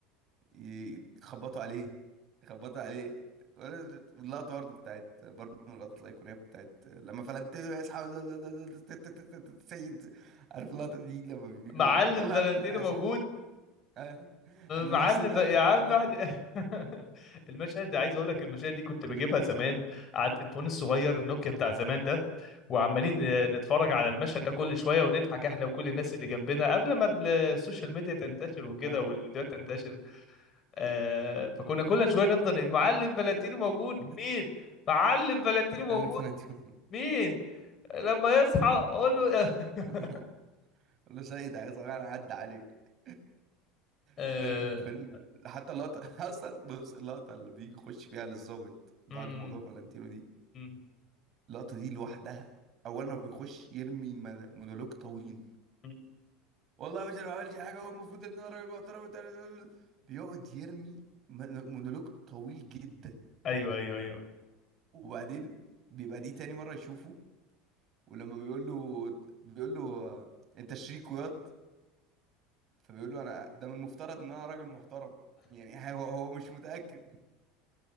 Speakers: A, on the right (about 40°); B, on the left (about 40°).
A: يخبطوا عليه يخبطوا عليه ولا- واللقطة برضه بتاعت برضه من اللقطات الأيقونية بتاعت لما فلنتينو يسحب <laughs> سيد عارف اللقطة دي لما
B: <laughs>
A: بيجي
B: معلم
A: يقول له يلا
B: فالنتينو
A: يا عم احنا عايزين
B: موجود
A: <laughs> آه، ان
B: معلم
A: انا هصين لفخة
B: بقى يا عم
A: في الكلام
B: احنا <laughs> المشهد ده عايز اقول لك المشاهد دي كنت بجيبها زمان على التليفون الصغير النوكيا بتاع زمان ده وعمالين
A: أمم،
B: نتفرج على المشهد ده كل شويه ونضحك احنا وكل الناس اللي جنبنا قبل ما السوشيال ميديا تنتشر وكده
A: ايوه
B: والفيديوهات تنتشر آه فكنا كل شويه نفضل المعلم فلانتينو موجود
A: <laughs>
B: مين؟ معلم فلانتينو موجود
A: انا فلنتينو
B: مين؟ لما يصحى قول له <laughs>
A: <laughs> قال له سيد عايز اغير عدى عليك <laughs>
B: آه...
A: فيلم فيلم حتى اللقطة <laughs> اصلا بص اللقطة اللي بيجي يخش فيها للظابط بعد
B: م- م-
A: موضوع فالنتينو دي
B: م-
A: اللقطة دي لوحدها اولا هو بيخش يرمي من- مونولوج طويل
B: م-
A: والله يا باشا انا ما عملتش حاجة والمفروض ان انا راجل محترم وتل- بيقعد يرمي من- مونولوج طويل جدا
B: ايوه ايوه
A: وبعدين بيبقى دي تاني مرة يشوفه ولما بيقول له بيقول له آه، انت شريك وياض فبيقول له انا ده من المفترض ان انا راجل محترم يعني <laughs> هو هو مش متأكد